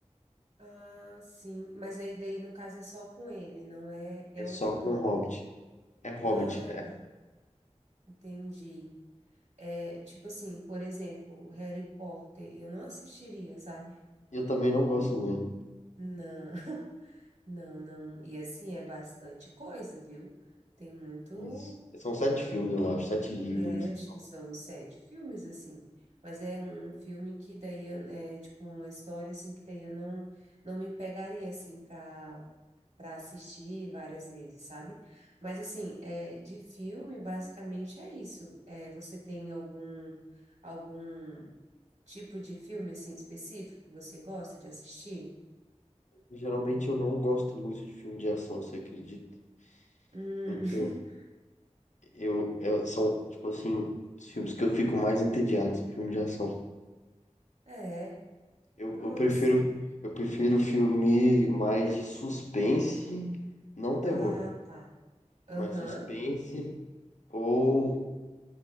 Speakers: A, on the right; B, on the left.
A: Ah, sim. Mas aí daí no caso é só com ele, não é? É
B: É
A: outro
B: só
A: nome.
B: com o Hobbit. É Hobbit,
A: Ah,
B: é.
A: tá. Entendi. É tipo assim, por exemplo, Harry Potter, eu não assistiria, sabe?
B: Eu também não gosto muito.
A: Não, <laughs> não, não. E assim é bastante coisa, viu? Tem muito.
B: Isso. São sete filmes, eu acho, sete livros.
A: É, acho que são uns sete filmes assim. Mas é um filme que daí eu- é tipo uma história assim que daí eu não não me pegaria assim para para assistir várias vezes, sabe? Mas assim, é, de filme, basicamente é isso. É, você tem algum algum tipo de filme assim específico que você gosta de assistir?
B: Geralmente eu não gosto muito de filme de ação, você acredita?
A: Hum,
B: Então, eu, eu- são, tipo assim, os filmes que eu fico mais entediado, filme de ação.
A: <laughs> é.
B: Eu,
A: Nossa.
B: eu prefiro, eu prefiro filme mais de suspense, não terror.
A: Ah, tá. Aham.
B: mais suspense, ou,